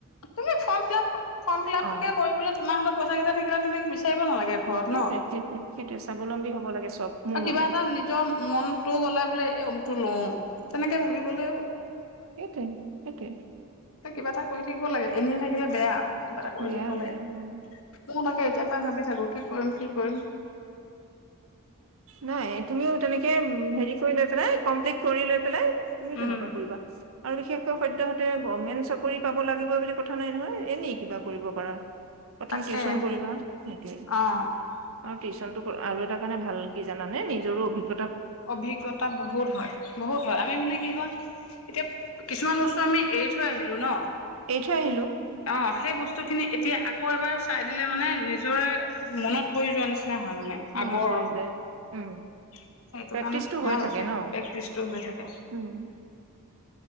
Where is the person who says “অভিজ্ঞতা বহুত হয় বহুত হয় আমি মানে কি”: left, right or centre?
Left